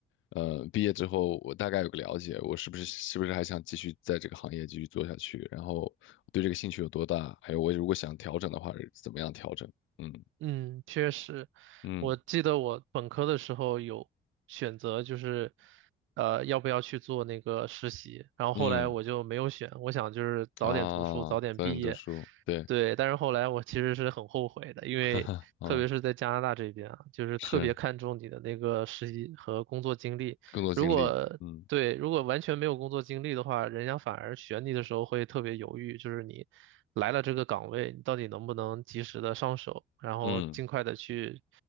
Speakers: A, on the left; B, on the right.
A: 呃，毕业之后我大概有个了解，我是不是是不是还想继续在这个行业继续做下去，然后我对这个兴趣有多大，还有我如果想调整的话是怎么样调整。嗯
B: 嗯，确实，
A: 嗯
B: 我记得我本科的时候有选择，就是呃要不要去做那个实习，然后后来我就没有选，
A: 嗯。
B: 我想就是早点读书，
A: 啊，
B: 早点毕业，
A: 早点读书，对，
B: 对，
A: <laughs>
B: 但是后来我其实是很后悔的，因为特别是在加拿大这边啊，
A: 哈哈，啊，
B: 就是特别看重你的那个实习和工作经历，
A: 是更多经历，
B: 如果对，
A: 嗯
B: 如果完全没有工作经历的话，人家反而选你的时候会特别犹豫，就是你来了这个岗位，你到底能不能及时的上手，然后尽快的去
A: 嗯